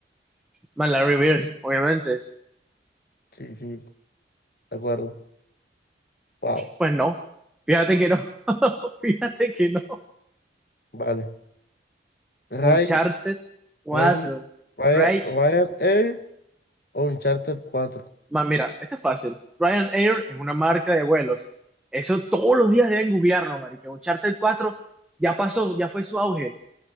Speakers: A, in the centre; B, on the left.
A: Man, Larry Bird, obviamente.
B: Sí, sí, de acuerdo. Wow.
A: Pues no. Fíjate que no. <laughs> Fíjate que no.
B: Vale. Ryan,
A: Uncharted cuatro
B: Ryan, Ryan,
A: Right.
B: Ryan Air. Oh, Uncharted cuatro
A: Man, mira, esto es fácil. Ryanair es una marca de vuelos. Eso todos los días deben googlearlo, marica. Uncharted cuatro ya pasó, ya fue su auge.